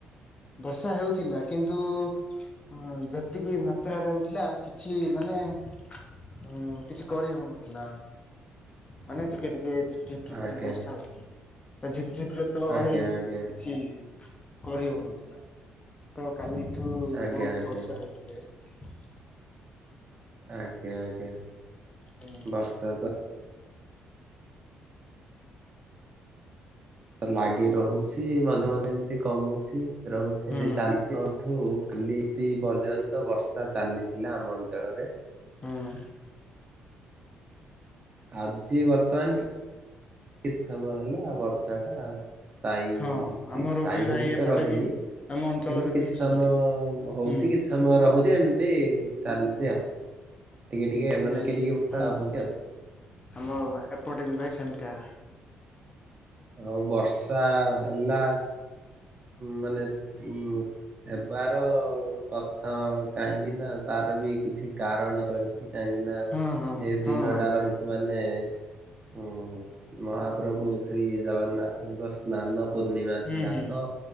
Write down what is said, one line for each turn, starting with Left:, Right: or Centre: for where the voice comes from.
Left: ବର୍ଷା ହେଉଥିଲା କିନ୍ତୁ ଉ ଉ ହଁ ଯେତିକି ମାତ୍ରାରେ ହଉଥିଲା କିଛି ମାନେ ଉଁ ଉଁ କିଛି କରି ହଉନଥିଲା ମାନେ ଟିକେ ଟିକେ ହେଇଚି। ଝିପଝିପ୍
Right: ଆଜ୍ଞା
Left: ଝିପ୍ ବର୍ଷା ହଉଚି ଏ ଝିପ୍ ଝିପ୍ ଲେତ ଲ ଭାଇ
Right: ଆଜ୍ଞା ଆଜ୍ଞା
Left: କିଛି କରି ହଉନଥିଲା ତ କାଲିଠୁ
Right: ଆଜ୍ଞା
Left: ବହୁତ
Right: ଆଜ୍ଞା
Left: ବର୍ଷା ହେଇ ରେ ହେ
Right: ଆଜ୍ଞା ଆଜ୍ଞା
Left: ହୁଁ
Right: ବର୍ଷା ତ ଲାଗି ରହୁଛି ମଝିରେ ମଝିରେ ଏମତି କମୁଛି। ରହୁଛି
Left: ହୁଁ
Right: ଏମତି ଚାଲିଛି ବନ୍ଧୁ କାଲି ରାତି ପର୍ଯ୍ୟନ୍ତ ବର୍ଷା ଚାଲିଥିଲା ଆମ ଅଞ୍ଚଳରେ।
Left: ହଁ।
Right: ଆଜି ବର୍ତ୍ତମାନ କିିଛ ସମୟ ହେଲା ବର୍ଷା ଟା ସ୍ଥାୟୀ
Left: ହଁ
Right: ହେଇକି
Left: ଆମର
Right: ସ୍ଥାୟୀ
Left: ବି
Right: ହେଇକି
Left: ଭାଇ ଏପଟେ
Right: ତ ରହିନି
Left: ବି
Right: କିନ୍ତୁ
Left: ଆମ ଅଞ୍ଚଳରେ
Right: କିଛି
Left: ବି
Right: ସମୟ
Left: ସେମିତି
Right: ହଉଚି
Left: ହୁଁ।
Right: କିଛ ସମୟ ରହୁଚି ଏମତି ଚାଲଚି ଆଉ ଟିକେ ଟିକେ
Left: ହୁଁ
Right: ମାନେ ଏଠି ଟିକେ ବର୍ଷା
Left: ହୁଁ
Right: ହଉଚି
Left: ହୁଁ
Right: ଆଉ।
Left: ଆମ ଏପଟେ ବି ଭାଇ ସେମତିଆ ହେଲା।
Right: ଆଉ ବର୍ଷା ହେଲା ମାନେ ସି ହେବାର କଥା ମ କାହିଁକି ନା ତାର ବି କିଛି କାରଣ ରହିଛି। କାହିଁକି ନା
Left: ହଁ ହଁ
Right: ଏ
Left: ହଁ
Right: ଦିନ
Left: ଭାଇ।
Right: ଟା ରହିଛି ମାନେ ହୁଁ ସି ମହାପ୍ରଭୁ ଶ୍ରୀ ଜଗନ୍ନାଥଙ୍କ ସ୍ନାନ ପୂର୍ଣ୍ଣିମା
Left: ହୁଁ
Right: ଥିଲା
Left: ହୁଁ
Right: ତ